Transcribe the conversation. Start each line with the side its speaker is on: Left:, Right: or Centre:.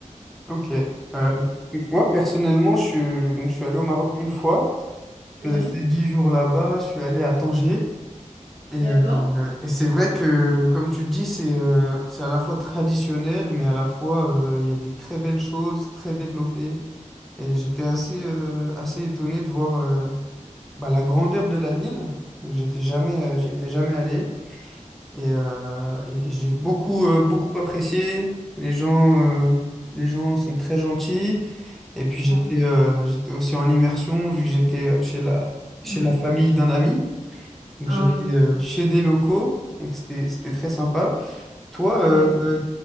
Centre: Ok. Euh, moi, personnellement, je suis, donc, je suis allé au Maroc une fois. Je
Right: Oui,
Centre: suis resté dix jours là-bas. Je suis allé à Tanger. Et,
Right: d'accord.
Centre: euh, et c'est vrai que, comme tu le dis, c'est euh, c'est à la fois traditionnel, mais à la fois, euh, il y a des très belles choses, très développées. Et j'étais assez, euh, assez étonné de voir... euh, bah, la grandeur de la ville. Donc j'étais jamais, euh, j'y étais jamais allé. Et, euh, et- et j'ai beaucoup, euh, beaucoup apprécié. Les gens, euh, les gens sont très gentils. Et puis j'étais
Right: Ouais.
Centre: euh, j'étais aussi en immersion, vu que j'étais euh, chez la,
Right: Mhm.
Centre: chez la famille d'un ami. Donc
Right: Ah
Centre: j'étais
Right: oui,
Centre: euh, chez des locaux. Donc c'était, c'était très sympa. Toi,
Right: oh
Centre: euh,
Right: oui.